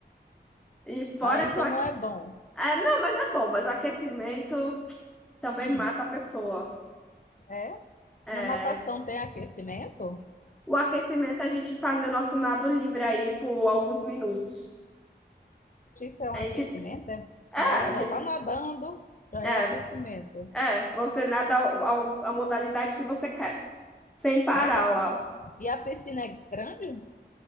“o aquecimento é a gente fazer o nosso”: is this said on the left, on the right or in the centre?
Centre